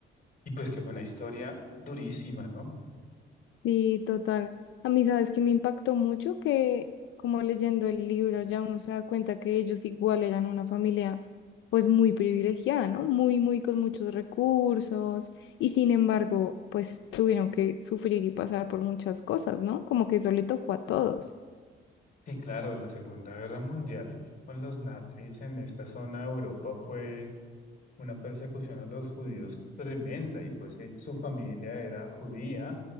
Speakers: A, on the left; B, on the left.
A: Y pues que fue una historia durísima, ¿no?
B: Sí, total. A mí, sabes que me impactó mucho que, como leyendo el libro, ya uno se da cuenta que ellos igual eran una familia, pues muy privilegiada, ¿no? Muy, muy con muchos recursos y sin embargo, pues tuvieron que sufrir y pasar por muchas cosas, ¿no? Como que eso le tocó a todos.
A: Sí, claro, la Segunda Guerra Mundial con los nazis en esta zona de Europa fue una persecución a los judíos tremenda y pues eh, su familia era judía,